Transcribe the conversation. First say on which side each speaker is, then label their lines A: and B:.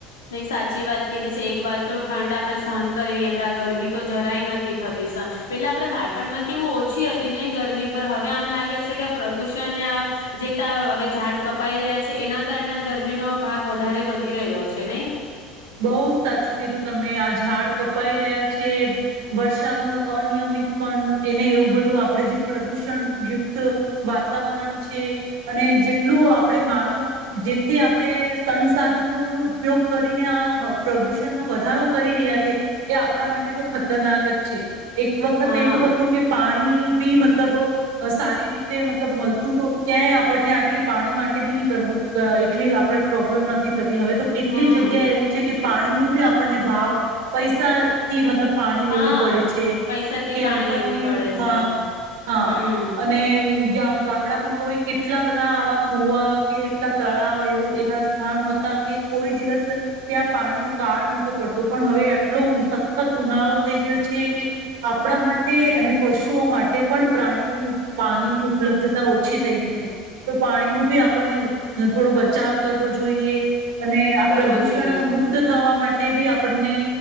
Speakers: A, on the left (about 80°); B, on the right (about 70°).
A: નહી સાચી વાત કીધી છે એક વાર તો ઠંડ આપડણે સહન કરી લઈએ પણ આ ગરમી તો જરાય નથી થતી સહન, પેલા આપણેે બાળપણમાં કેવું ઓછી હતી નહ ગરમી પર હવે આમ લાગે છે કે આ પ્રદુષણને આ, જે ત હવે ઝાડ કપાઈ રહ્યા છે એના કારણે ગરમીનો ભાગ વધારે વધી રહ્યો છે. છે નેઈ.
B: બો જ સાચું કીધું તમે આ ઝાડ કપાઈ રહ્યા છે વર્ષાનું અનિયમિત પણ એને એવું બધું આપડે જે પ્રદુષણ જે વાતાવરણ છે. અને જેટલું આપડે માનવ જેટલી આપણેે સંસાધનો ન ઉપયોગ કરી કરીને આ પ્રદૂષણનો વધારો કરી રહ્યા છે એ આપણા માટે તો ખતરનાક જ છે. એક વખત
A: હા
B: એવું હતું કે પાણી પાણી ભી મતલબ સારી રીતે મતલબ મલતું તો ક્યાંય આપણને આટલી પાણી માટે ભી નહી કરવું એટલી આપણે પ્રોબ્લેમ નથી થતી હવે તો કે ક્યાં
A: હમ
B: એવું છે કે પાણી નુ ભી આપણને ભાવ પૈસાથી મતલબ પાણી લેવું
A: હા
B: પડે છે
A: પૈસાથી
B: કેમ્પરની
A: પાણી લેવું પડે
B: રૂપમાં
A: છે
B: હા
A: હમ
B: અને જ્યાં ગામડામાં કોઈ કેટલા બધા આવા કુવા કે એટલા તળાવ એવા સ્થાન હતા કે કોઈ દિવસ ત્યાં પાણીનો કાળ નહતો પડતો પણ હવે આટલો સખત ઉનાળો થઈ ગયો છે કે આપણા માટે અને પશુઓ માટે પણ પ્રાણીની પાણીની ઉપલબ્ધતા ઓછી થઈ ગઈ છે તો પાણીનો ભી આપણને થોડો બચાવ કરવો જોઈએ અને
A: કરવો
B: પ્રદૂષણ
A: જોઈએ
B: મુક્ત થવા માટે ભી આપણને